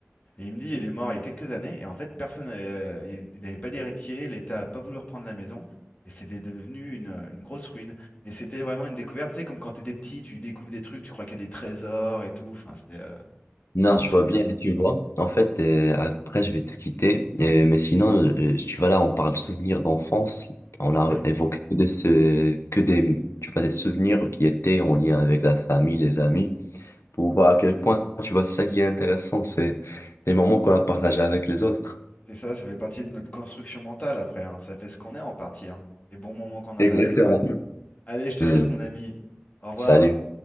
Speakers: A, on the left (about 35°); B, on the left (about 75°).
A: et il me dit, il est mort il y a quelques années, et en fait, personne, euh, il il n'avait pas d'héritier, l'État n'a pas voulu reprendre la maison, et c'était devenu une, une grosse ruine. Mais c'était vraiment une découverte, tu sais, comme quand t'étais petit, tu découvres des trucs, tu crois qu'il y a des trésors et tout, enfin, c'est euh, des
B: Non,
A: grands
B: je
A: souvenirs.
B: vois bien, tu vois. En fait, euh, après, je vais te quitter. Euh, mais sinon, euh, tu vois, là, on parle souvenirs d'enfance. On a
A: Oui,
B: évoqué que, de ce, que des, tu vois, des souvenirs qui étaient en lien avec la famille, les amis, pour voir à quel point, tu vois, c'est ça qui est intéressant, c'est les moments qu'on a partagés avec les autres.
A: c'est ça, ça fait partie de notre construction mentale après, hein. Ça fait ce qu'on est en partie, hein. Les bons moments qu'on a
B: Exactement.
A: passés. Allez, je te
B: Hmm.
A: laisse, mon ami. Au revoir.
B: Salut.